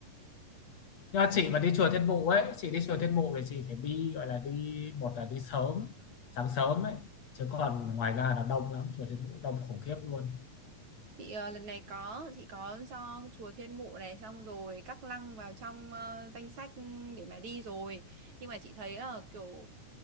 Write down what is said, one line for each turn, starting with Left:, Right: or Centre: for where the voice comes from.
Left: nhưng mà chị
Right: chị
Left: mà đi chùa Thiên Mụ ấy chị đi chùa Thiên Mụ thì chị phải đi gọi là đi một là đi sớm sáng sớm ấy chứ còn ngoài ra là đông lắm chùa Thiên Mụ đông khủng khiếp luôn
Right: Chị ờ, lần này có chị có cho chùa Thiên Mụ này xong rồi Cát Lăng vào trong ờ, danh sách để mà đi rồi. Nhưng mà chị thấy ờ, kiểu